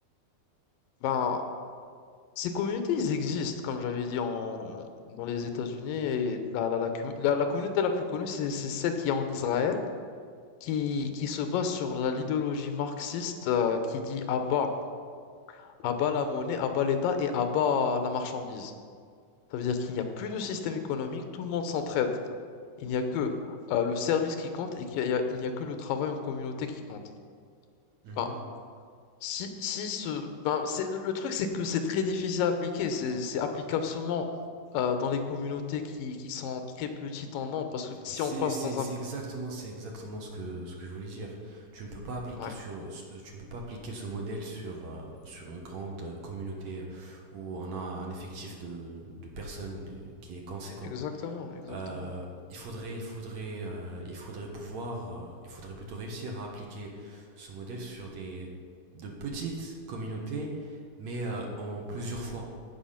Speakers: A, on the left; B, on the right.
A: Ben, ces communautés, ils existent, comme j'avais dit, en, dans les États-Unis. Et la, la, la, commu- la- la communauté la plus connue, c'est, c'est celle qui est en Israël, qui, qui se base sur la- l'idéologie marxiste, euh, qui dit à bas, à bas la monnaie, à bas l'État et à bas la marchandise. Ça veut dire qu'il n'y a plus de système économique, tout le monde s'entraide. Il n'y a que euh, le service qui compte et qu'il y a, il n'y a que le travail en communauté qui compte.
B: Mhm.
A: Ben, si, si ce, ben, c'est, le, le truc, c'est que c'est très difficile à appliquer. C'est, c'est applicable seulement euh, dans les communautés qui, qui sont très petites en nombre, parce que si
B: C'est,
A: on passe
B: c'est,
A: dans
B: c'est
A: un...
B: exactement, c'est exactement ce que, ce que je voulais dire. Tu ne peux pas appliquer
A: Ouais,
B: sur, ce- tu ne peux pas appliquer ce modèle sur, euh, sur une grande euh, communauté euh, où on a un effectif de, de personnes euh, qui est conséquent.
A: exactement, exactement.
B: Euh, il faudrait, il faudrait, euh, il faudrait pouvoir, euh, il faudrait plutôt réussir à appliquer ce modèle sur des, de petites communautés, mais euh, en plusieurs fois.